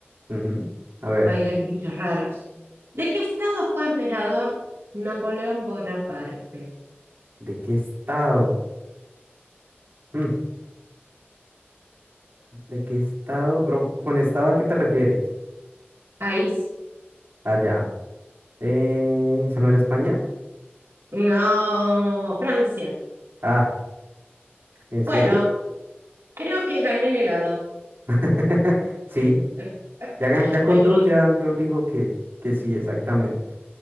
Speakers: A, on the right; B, on the right.
A: Ujú. A ver,
B: país de los bichos raros. ¿De qué estado fue emperador Napoleón Bonaparte?
A: ¿de qué estado? Hmm, ¿De qué estado? Pero, ¿con estado a qué te refieres?
B: País.
A: Allá. Eh, ¿esa no era España?
B: No, Francia.
A: Ah, ¿en
B: Bueno,
A: serio?
B: Creo que gané el helado.
A: <laughs> Sí,
B: <laughs>
A: ya, ya con
B: Muy bien,
A: dos ya yo digo que, que sí, exactamente.